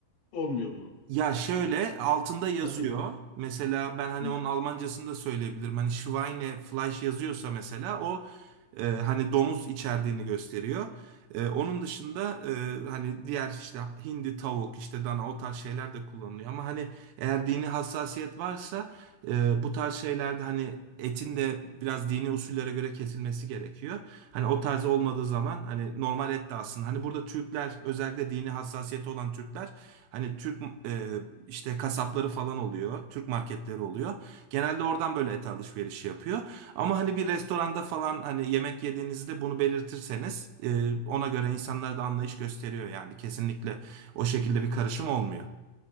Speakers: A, on the left (about 70°); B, on the right (about 80°).
A: olmuyor mu?
B: Ya şöyle altında yazıyor.
A: Paketli.
B: Mesela ben hani
A: Hı
B: onun Almancasını da söyleyebilirim. Hani Schweine Fleisch yazıyorsa mesela o e, hani domuz içerdiğini gösteriyor. E, onun dışında e, hani diğer işte hindi, tavuk, işte dana o tarz şeyler de kullanılıyor. Ama hani eğer dini hassasiyet varsa ee, bu tarz şeylerde hani etin de biraz dini usullere göre kesilmesi gerekiyor. Hani o tarz olmadığı zaman hani normal et de aslında. Hani burada Türkler özellikle dini hassasiyeti olan Türkler hani Türk e, işte kasapları falan oluyor. Türk marketleri oluyor. Genelde oradan böyle et alışverişi yapıyor. Ama hani bir restoranda falan hani yemek yediğinizde bunu belirtirseniz e, ona göre insanlar da anlayış gösteriyor yani. Kesinlikle o şekilde bir karışım olmuyor.